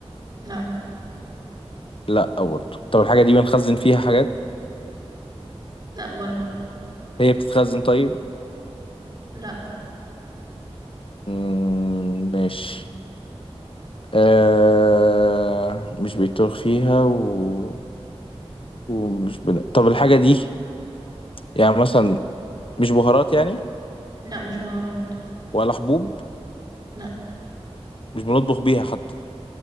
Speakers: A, on the right; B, on the left.
A: لا
B: لا برضه طب الحاجة دي بنخزن فيها حاجات
A: لا برضو
B: هي بتتخزن طيب
A: لا
B: مم، ماشي آه مش بيتوه فيها و... ومش بن... طب الحاجة دي يعني مثلا مش بهارات يعني
A: لا مش بهارات
B: ولا حبوب
A: لا
B: مش بنطبخ بيها حتى